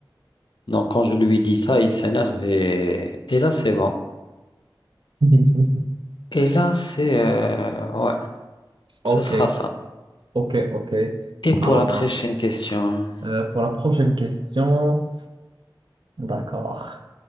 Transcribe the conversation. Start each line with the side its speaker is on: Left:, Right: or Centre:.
Left: Donc, quand je lui dis ça, il s'énerve et, et là, c'est bon.
Right: <laughs>
Left: Et là, c'est... euh, ouais,
Right: Ok,
Left: ce sera ça.
Right: ok, ok.
Left: Et pour
Right: Alors,
Left: la prochaine question,
Right: euh, pour la prochaine question, d'accord.